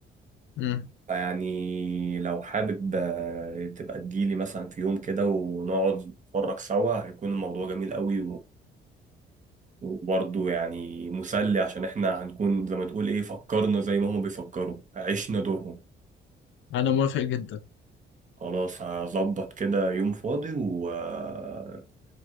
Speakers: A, on the left; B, on the right.
A: مم.
B: يعني لو حابب آه، تبقى تجيلي مثلا في يوم كده ونقعد نتفرج سوا هيكون الموضوع جميل قوي وبرضه يعني مسلي عشان احنا هنكون زي ما تقول ايه فكرنا زي ما هما بيفكروا عشنا دورهم
A: انا موافق جدا
B: خلاص هظبط كده يوم فاضي ونشوف